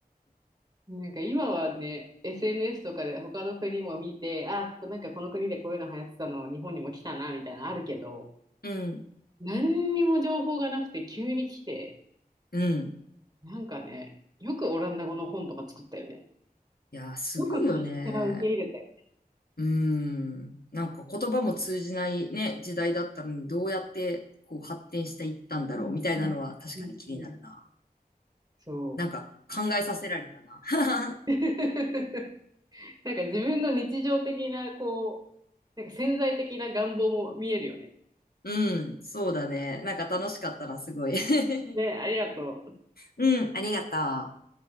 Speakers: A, on the right; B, on the left.
A: なんか今はね、SNS とかで他の国も見て、あ、なんかこの国でこういうの流行ってたの、日本にも来たな、みたいなのあるけど、
B: うん、
A: 何にも情報がなくて急に来て、
B: うん。
A: なんかね、よくオランダ語の本とか作ったよね。
B: いや、すごいよね。
A: よくカステラ受け入れ
B: うん。なんか言葉も通じないね、時代だったのに、どうやってこう発展していったんだろうみたいなのは確かに気になるな。
A: うんうんうんうん、そ
B: なんか考えさせられたな。<laughs>
A: う。<laughs> なんか自分の日常的な、こう、なんか潜在的な願望も見えるよね。
B: うん、そうだね。なんか楽しかったな、すごい。<laughs>
A: ね、ありがとう。
B: うん、ありがとう。